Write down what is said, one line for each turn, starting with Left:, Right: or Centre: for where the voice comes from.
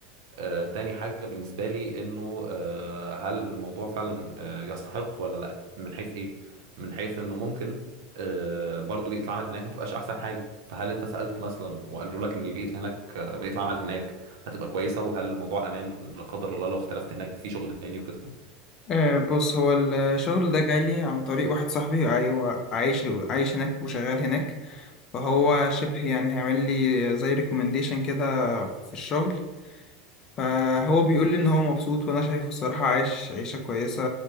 Right: آه، تاني حاجة بالنسبة لي إنه آه، هل الموضوع فعلا آه، يستحق ولا لأ من حيث إيه؟ من حيث إنه ممكن آه، برضو بيئة العمل هناك ما تبقاش أحسن حاجة فهل أنت سألت مثلا وقالوا لك إن البيئة اللي هناك آه، بيئة العمل هناك هتبقى كويسة وهل الموضوع أمان لا قدر الله لو اختلفت هناك في شغل تاني وكده؟
Left: آه بص هو الشغل ده جالي عن طريق واحد صاحبي ايوه عايش عايش هناك وشغال هناك فهو شبه يعني هيعمل لي زي ريكومنديشن كده في الشغل فهو بيقول لي ان هو مبسوط وانا شايفه الصراحة عايش عيشة كويسة